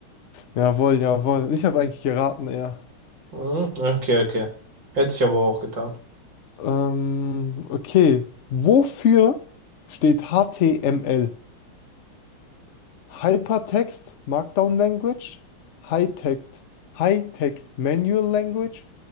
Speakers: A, on the left; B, on the right.
A: Jawohl, jawohl. Ich habe eigentlich geraten, ja.
B: Hm, okay, okay. Hätte ich aber auch getan.
A: Ähm, okay. Wofür steht HTML? Hypertext Markdown Language, High-Text, High-Tech Manual Language,